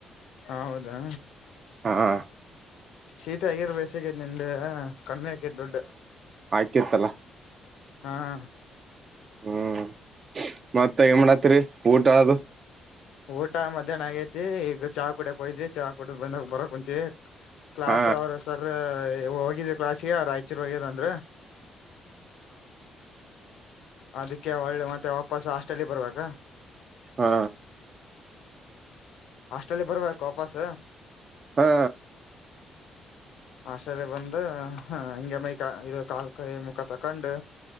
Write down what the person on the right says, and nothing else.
ಹಾಂ
ಆಯ್ತತ್ತಲ್ಲ
ಹ್ಮ್ ಮತ್ತ ಇಮಡತ್ತರಿ ಊಟ ಅದು
ಹಾ
ಹಾ
ಹಾ